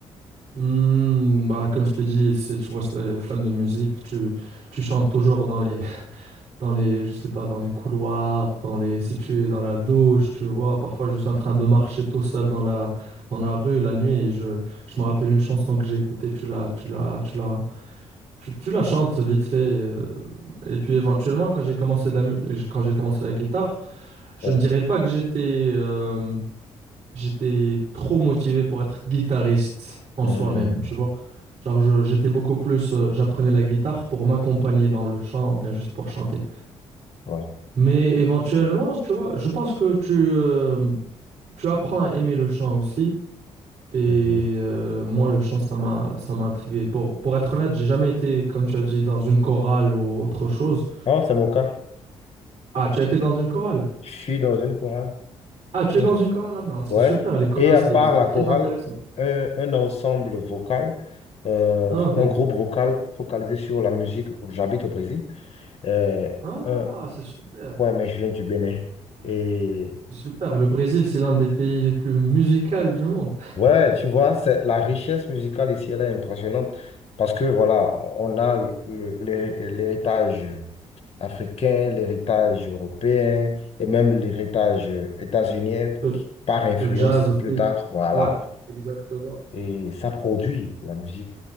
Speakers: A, on the right; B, on the left.
A: Hmm, bah, comme je t'ai dit, c'est, tu vois, c'est les fans de musique, tu, tu chantes toujours dans les, <laughs> dans les, je sais pas, dans les couloirs, dans les, si tu es dans la douche, tu vois, parfois je suis en train de marcher tout seul dans la, dans la rue la nuit et je, je me rappelle une chanson que j'ai écoutée, tu la, tu la, tu la, tu, tu la chantes vite fait. euh, et puis éventuellement, quand j'ai commencé de la, mu- quand j'ai commencé la guitare, je
B: Ouais.
A: ne dirais pas que j'étais, euh, j'étais trop motivé pour être guitariste en
B: Hmm.
A: soi-même, tu vois. Genre, je- j'étais beaucoup plus, euh, j'apprenais la guitare pour m'accompagner dans le chant, ou bien juste pour chanter.
B: Ouais.
A: Mais éventuellement, tu vois, je pense que tu, euh, tu apprends à aimer le chant aussi. Et
B: Mhm.
A: euh, moi, le chant, ça m'a, ça m'a intrigué. Pour, pour être honnête, j'ai jamais été, comme tu as dit, dans une chorale ou autre chose.
B: Ah, c'est mon cas.
A: Ah, tu as été dans une chorale?
B: Je suis dans une chorale.
A: Ah, tu
B: Ouais.
A: es dans une chorale maintenant. C'est
B: Ouais.
A: super, les chorales,
B: Et à
A: c'est,
B: part
A: c'est
B: la
A: très
B: chorale,
A: intéressant.
B: un, un ensemble vocal, euh,
A: Ah, ok.
B: un groupe vocal focalisé sur la musique. J'habite au Brésil. Euh,
A: Ah,
B: un-
A: c'est super.
B: ouais, mais je viens du Bénin. Et
A: Super, le Brésil, c'est l'un des pays les plus musicaux du monde.
B: Ouais, tu vois, c'est la richesse musicale ici, elle est impressionnante parce que voilà, on a le- l'hé- l'héritage africain, l'héritage européen et même l'héritage états-unien
A: Le,
B: qui- par influence
A: le jazz aussi.
B: plus tard, voilà.
A: Ouais, exactement.
B: Et ça produit de la musique.